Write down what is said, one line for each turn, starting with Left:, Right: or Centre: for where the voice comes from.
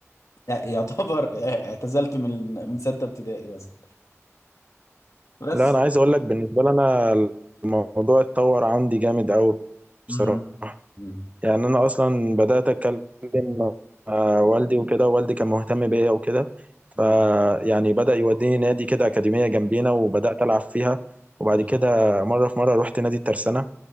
Left: يع- يعتبر <laughs> اعتزلت من من سته ابتدائي بس بس
Right: لا أنا عايز أقول لك بالنسبة لي أنا الموضوع اتطور عندي جامد أوي
Left: مم.
Right: بصراحة
Left: مم.
Right: يعني أنا أصلا بدأت أتكلم مع والدي وكده والدي كان مهتم بيا وكده
Left: مم.
Right: فيعني بدأ يوديني نادي كده أكاديمية جنبينا وبدأت ألعب فيها وبعد
Left: جميل
Right: كده مرة في مرة رحت نادي الترسانة